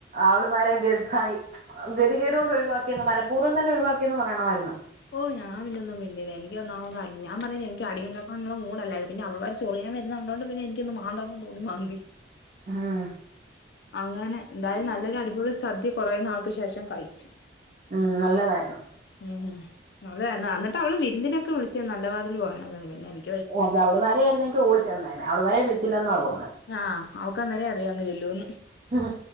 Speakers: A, on the right; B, on the left.
A: ആവളുമാരെ ഗട് സഹി ഗതികേട്കൊണ്ട് ഒഴിവാക്കിയെന്ന് മനപൂർവ്വം തന്നെ ഒഴിവാക്കിയെന്ന് പറയണമായിരുന്നു.
B: ഓഹ് ഞാൻ പിന്നൊന്നും മിണ്ടീല്ല എനിക്കൊന്നാമത് ഞാൻ പറഞ്ഞിലേ എനിക്ക് അടിയുണ്ടാക്കാനുള്ള മൂടല്ലായിരുന്നു പിന്നെ അവൾമാര് ചൊറിയാൻ വരുന്ന കണ്ടോണ്ട് പിന്നെ എനിക്കൊന്ന് മാന്തണം ന്ന് തോന്നി മാന്തി.
A: ഉം
B: അങ്ങനെ എന്തായാലും നല്ലൊരു അടിപൊളി സദ്യ കുറെ നാൾക്ക്ശേഷം കഴിച്ചു
A: ഉം നല്ലതായിരുന്നു
B: ഉം ഉം അതെ അന്നട്ട് അവള് വിരുന്നിനൊക്കെ വിളിച്ച് നല്ല വാതിൽ പോകാനാന്ന് പറഞ് പിന്നെ എനി
A: ഓഹ് അത് അവള്ൾമാരെ ആയിരുന്നെങ്കി ഓടി ചെന്നേനെ അവള്മാരെ വിളിച്ചില്ലെന്നാ തോന്നുന്നെ.
B: ആഹ് അവക്ക്‌ അന്നേരേ അറിയാംങ്ങ് ചെല്ലോന്ന്.
A: ഉം